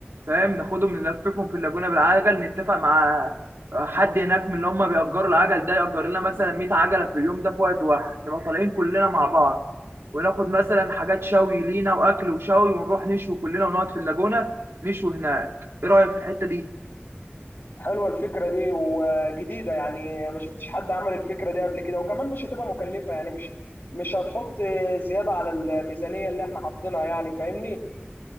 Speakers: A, on the right; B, on the left.
A: فاهم ناخدهم نلففهم في اللاجونة بالعجل نتفق مع حد هناك من اللي هم بيأجروا العجل ده يأجر لنا مثلا 100 عجلة في اليوم ده في وقت واحد نبقى طالعين كلنا مع بعض وناخد مثلا حاجات شوي لينا وأكل وشوي ونروح نشوي كلنا ونقعد في اللاجونة نشوي هناك إيه رأيك في الحتة دي؟
B: حلوه الفكره دي وجديده يعني ما شفتش حد عمل الفكره دي قبل كده وكمان مش هتبقى مكلفه يعني مش مش هتحط زياده على الميزانيه اللي احنا حاطينها يعني فاهمني